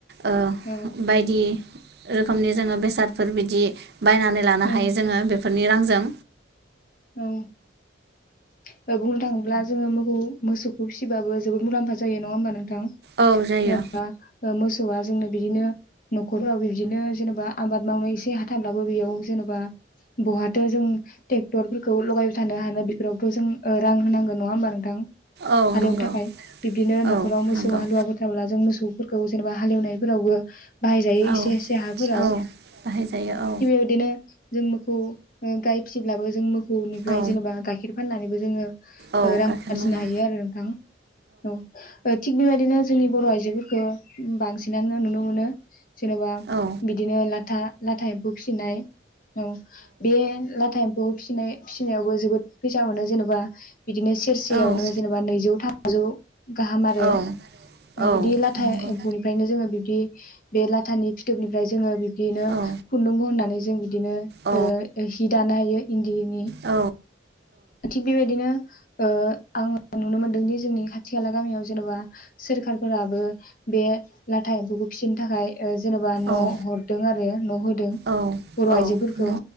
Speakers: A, on the right (about 60°); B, on the left (about 50°).
A: ओह
B: औ
A: बायदि रोखोमनि जोङो बेसादफोर बिदि बायनानै लानो
B: औ
A: हायो जोङो बे फोरनि रांजों
B: औ बुंनो थाङोब्ला जोङो मोसौ मोसौखौ फिसिबाबो जोबोद मुलाम्फा जायो नङा होमबा नों नोंथां
A: औ जायो
B: जेनेबा ओ मोसौ मोसौआ जोंनो बिदिनो नखराव बिदिनो जेनेबा आबाद मावनो एसे हाथाब्लाबो बेयाव जेनेबा बहाथो जों ट्रेग- ट्रेक्टरफोरखौ लगायबाय थानो हानो बेफोरावथ जों रां होनांगौ नङा होमबा नोंथां?
A: औ
B: हालेवनो
A: नंगौ
B: थाखाय बिब्दिनो
A: औ
B: नखराव मोसौ
A: नंगौ
B: हालुवाफोर थाब्ला जों मोसौ ओ जेनेबा हालेवनायफोरावबो बाहायजायो एसे
A: औ
B: एसे हाफोराव
A: औ बाहायजायो औ
B: बेबायदिनो जों मोखौ गाय फिब्लाबो जोंङो मोख खौ निफ्राय
A: औ
B: जेनेबा गाइखेर फाननानै बो जोङो
A: औ
B: रां
A: गाइखेर
B: आरजिनो
A: मोनो
B: हायो आरो नोंथां औ ओ थिग बेबायदिनो जोंनि बर आइजोफोरख खौ बांसिनानो नुनो मोनो जेनबा
A: औ
B: बिदिनो लाथा लाथा एम्फौ फिनाय औ बे लाथा एम ब फिनाय फिनायावबो जोबोद फैसा मोनो जेन'बा बिदिनो सेरसेयावनो
A: औ
B: जेनेबा नैजौ थाम बाजौ। गाहाम आरो
A: औ औ
B: बिदि लाथा
A: नंगौ
B: एम्फौनिफ्रायनो जोङो बिब्दि बे लाथानि फिथोबनिफ्राय जोङो बिदिनो
A: औ
B: खुन्दुंग बहननानै जों बि बिदिनो
A: औ
B: ओ हि दानो हायो। इन्दिनि
A: औ
B: थिग बेबायदिनो ओ आङो नुनो मोनदों दि जोंनि खाथि खाला गामियाव जेन'बा सोरखारफोराबो बे लाथा एम्फौखौ फिसिनो थाखाय ओ जेनेबा न'
A: औ
B: हरदों आरो न' होदों
A: औ
B: बर'
A: औ
B: आइजोफोरखौ
A: न